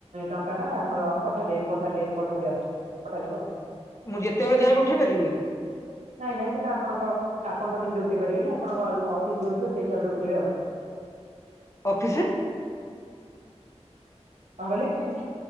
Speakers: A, on the right; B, on the left.
A: ଟଙ୍କା ଟା ଆମର ପଠା ଦେଇ ପଠା ଦେଇ ପଠା ଦିଆ ହୁଏ। ପଠାଯିବ ଆଉ।
B: ମୁଁ ଯେତେବେଳେ ଚାହିଁବି ଉଠେଇ ପାରିବି।
A: ନାଇଁ ନାଇଁ ସେଟା ଆପଣଙ୍କ ଆପଣ ତ ସେମତି ଉଠେଇ ପାରିବେନି ଆପଣଙ୍କ ଯୋଉ ଅଫିସ୍ ରୁଲ୍ ଥିବ ସେଇ ହିସାବରେ ଉଠେଇବେ ଆଉ। <unintelligible>
B: ଅଫିସି
A: କଁ କିହିଲେ?